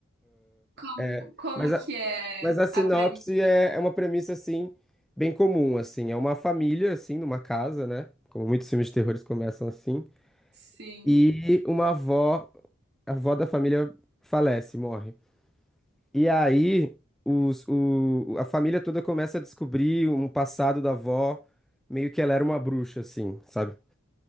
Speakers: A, on the right; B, in the centre.
A: Como,
B: É,
A: como
B: mas, a-
A: que é
B: Mas a sinopse
A: a premissa?
B: é, é uma premissa, assim, bem comum, assim. É uma família, assim, numa casa, né? Como muitos filmes de terror eles começam assim.
A: Sim,
B: E uma avó, a avó da família falece, morre. E aí, os, o, a família toda começa a descobrir um passado da avó, meio que ela era uma bruxa, assim, sabe?